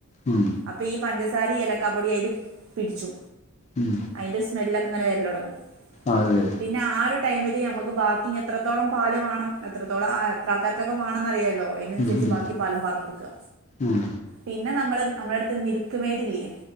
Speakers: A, on the left; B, on the right.
A: ഉം
B: അപ്പ ഈ പഞ്ചസാരിം ഏലക്കാപ്പൊടിം അയില് പിടിച്ചു
A: ഉം
B: അയിന്റെ സ്മെല്ലൊക്കെ ഇങ്ങനെ വരലൊട്ങ്ങും
A: ആതെ
B: പിന്നെ ആ ഒരു ടൈമില് നമുക്ക് ബാക്കിഞ്ഞ് എത്രത്തോളം പാല് വാണം എത്രത്തോളം എ എത്ര ആൾക്കാർക്കെ വാണന്ന് അറിയാല്ലോ അയിനനുസരിച്ച്
A: ഉം ഉം
B: ബാക്കി പാലും പാറ്ന്നോട്ക്ക
A: ഉം
B: പിന്നെ നമ്മള് നമ്മള്ളട്ത്ത് മിൽക്ക് മെയ്ഡ് ഇല്ല്യ